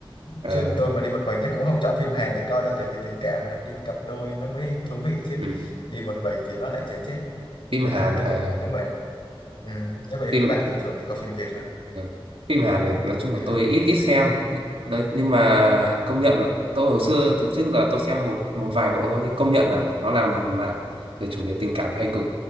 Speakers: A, on the right; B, on the left.
A: ờ
B: chứ tôi mà đi một mình chắc cũng không chọn phim Hàn để coi đâu tại vì tình cảm mà đi cặp đôi nó mới thú vị chứ
A: ừ.
B: đi một mình thì nó lại chán chết
A: Phim
B: nên
A: Hàn
B: tôi thường
A: ờ,
B: là nếu mà ừ, nếu mà đi
A: phim
B: với bạn tôi thường đi coi phim Việt hơn
A: ờ, phim Hàn này nói chung
B: ừ,
A: là tôi ít ít xem nói, nhưng mà công nhận tôi hồi xưa từ trước giờ tôi xem một một vài bộ thôi nhưng công nhận là nó làm mà về chủ đề tình cảm hay cực